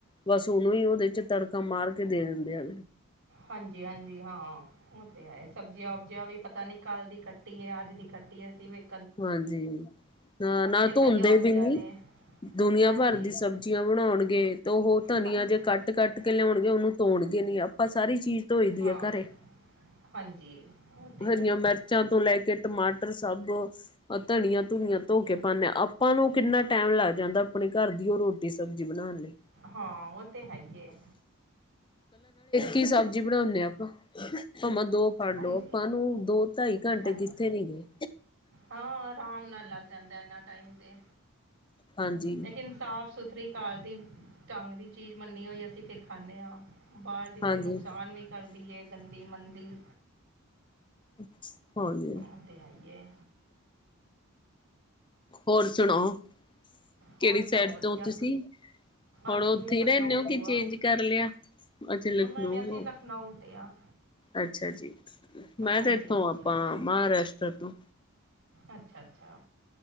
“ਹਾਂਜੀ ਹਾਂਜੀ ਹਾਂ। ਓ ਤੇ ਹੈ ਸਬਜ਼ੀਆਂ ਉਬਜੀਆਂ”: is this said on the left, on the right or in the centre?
Right